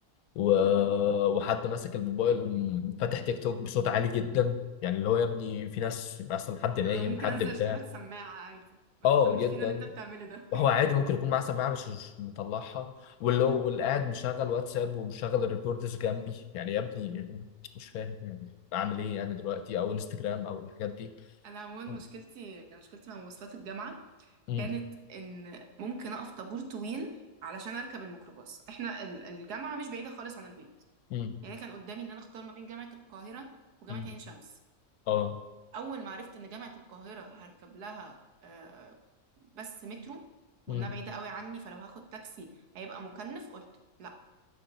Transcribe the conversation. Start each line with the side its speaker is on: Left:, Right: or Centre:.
Left: و...
Right: <laughs>
Left: وحد ماسك الموبايل م- فاتح تيك توك بصوت عالي جدا يعني اللي هو يا ابني في ناس اصلا حد
Right: أنا
Left: نايم
Right: أنا ممكن
Left: حد
Right: أنزل
Left: بتاع
Right: أشتري لك سماعة عادي بس
Left: اه
Right: انت مش
Left: جدا
Right: فينا اللي أنت بتعمله ده
Left: وهو عادي
Right: <laughs>
Left: ممكن يكون معاه سماعه مش مش مطلعها واللي هو واللي قاعد مشغل واتساب ومشغل الريكوردز جنبي يعني يا ابني مش فاهم يعني اعمل ايه يعني دلوقتي او انستجرام او الحاجات دي
Right: أنا عموما
Left: مم.
Right: مشكلتي مشكلتي مع مواصلات الجامعة
Left: مم.
Right: كانت ان ممكن اقف طابور طويل علشان اركب الميكروباص احنا ال- الجامعه مش بعيده خالص عن البيت
Left: مم.
Right: يعني كان قدامي ان انا اختار ما بين جامعه القاهره وجامعه
Left: مم.
Right: عين شمس
Left: اه
Right: اول ما عرفت ان جامعه القاهره هركب لها آه، بس مترو
Left: مم.
Right: وانها بعيده قوي عني فلو هاخد تاكسي هيبقى مكلف قلت لا